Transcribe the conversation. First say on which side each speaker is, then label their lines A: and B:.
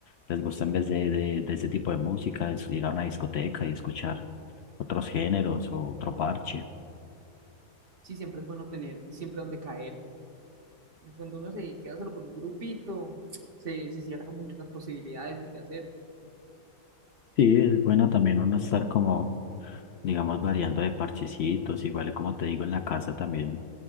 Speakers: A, on the left (about 80°); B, on the right (about 40°).
A: les gusta en vez de, de, de este tipo de música, es ir a una discoteca y escuchar otros géneros o otro parche.
B: Sí, siempre es bueno tener, siempre donde caer. Porque Cuando uno se queda solo con un grupito, se, se cierran mucho las posibilidades de qué hacer.
A: Sí, es bueno también uno estar como, digamos, variando de parchecitos, igual como te digo en la casa también